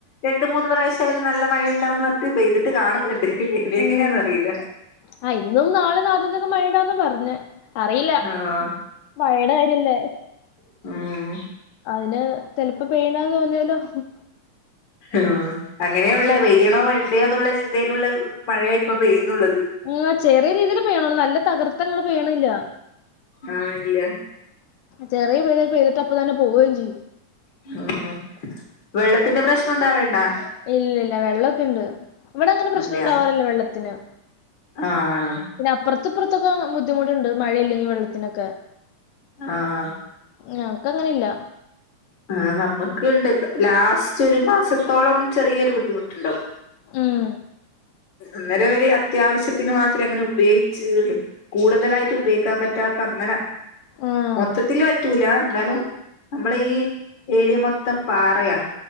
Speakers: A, on the left; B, on the left.
A: രണ്ട് മൂന്ന് പ്രാവശ്യം അവര് നല്ല മഴയുണ്ടാവന്ന് പറഞ്ഞ് പെയ്തിട്ട് കാണുന്നുണ്ട് ഇനി
B: ഉം
A: എങ്ങനെയെന്ന് അറിയില്ല.
B: ആഹ് ഇന്നും നാളെ <unintelligible> മഴ ഇണ്ടാവുന്ന പർഞ്ഞെ. അറിയില്ല,
A: ആഹ്
B: മഴയുടെ കാര്യല്ലേ.
A: മ്
B: അതിന് ചെലപ്പ പെയ്യണ്ടാന്ന് പർഞ്ഞാലും ഇഹ്
A: ആഹ്, അങ്ങനെയുള്ളെ
B: ഉം
A: പെയ്യും. ണോ വെണ്ടയോന്നുള്ള ചിന്തയിലുള്ള മഴയ ഇപ്പൊ പെയ്യുന്നുള്ളത്.
B: ഓഹ്, ചെറിയ രീതിയിൽ പെയ്യനൊള്ളു നല്ല തകർത്തങ്ങ്ട് പെയ്യ്ണ്ല്ല.
A: ആഹ്, ഇല്ല.
B: ചെറിയ പേരിൽ പെയ്തിട്ട് അപ്പ തന്നെ പോവും ചെയ്യും.
A: ആഹ്, വെള്ളത്തിന്റെ പ്രശ്നം ഉണ്ടാവണ്ടോ?
B: ഇല്ല, ഇല്ല വെള്ളൊക്കെ ഇണ്ട്. ഇവിടെ അങ്ങനെ പ്രശ്നൊണ്ടാവാറില്ല
A: അതെയാ
B: വെള്ളത്തിന്.
A: ആഹ്
B: പിന്നെ, അപ്പൊർത്തു ഇപ്പൊർത്തുക്കെ ബുദ്ധിമുട്ടുണ്ട് മഴയില്ലെങ്കി വെള്ളത്തിനൊക്കെ.
A: ആഹ്
B: ഞങ്ങ്ക്ക് അങ്ങനെ ഇല്ല.
A: ആഹ് നമ്മക്ക് പിന്നെ ലാസ്റ്റ് ഒരു മാസത്തോളം ചെറിയൊരു ബുദ്ധിമുട്ടുണ്ടാവും.
B: ഉം
A: അന്നേരം ഒരു അത്യാവശ്യത്തിന് മാത്രം എങ്ങനെ ഉപയോഗിച്ചീന്ന് കൂടുതലായിട്ട് ഉപയോഗിക്കാൻ പറ്റാത്ത അങ്ങനെ,
B: ആഹ്
A: മൊത്തത്തില് പറ്റൂല ഇന്നാലും നമ്മളെ ഈ ഏരിയ മൊത്തം പാറയാ